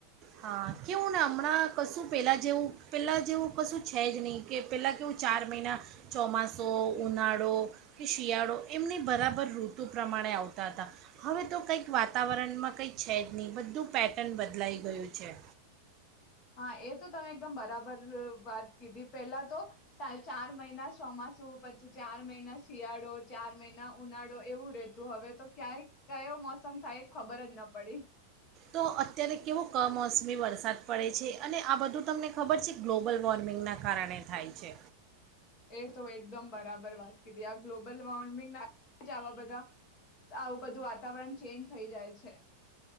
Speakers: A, on the right; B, on the left.
A: હા કેવું ને હમણાં કશું પહેલાં જેવું પહેલાં જેવું કશું છે જ નહીં કે પહેલાં કેવું ચાર મહિના ચોમાસો ઉનાળો કે શિયાળો એમને બરાબર ઋતુ પ્રમાણે આવતા હતા હવે તો કંઈક વાતાવરણમાં કંઈક છે જ નહીં બધું પેટર્ન બદલાઈ ગયું છેે.
B: હા એ તો તમે એકદમ બરાબર વાત કીધી પેલા તો ચાર મહિના ચોમાસું પછી ચાર મહિના શિયાળો. ચાર મહિના ઉનાળો એવું રહેેતું. હવે તો ક્યાંય કયો મોસમ થાય એ ખબર જ ન પડી.
A: તો અત્યારે કેવો કમોસમી વરસાદ પડે છે અને આ બધું તમને ખબર છે ગ્લોબલ વોર્મિંગના કારણે થાય છે.
B: એ તો એકદમ બરાબર વાત કીધી આ ગ્લોબલ વોર્મિંગ ના જ આવા બધા આવું બધું વાતાવરણ ચેન્જ થઈ જાય છે.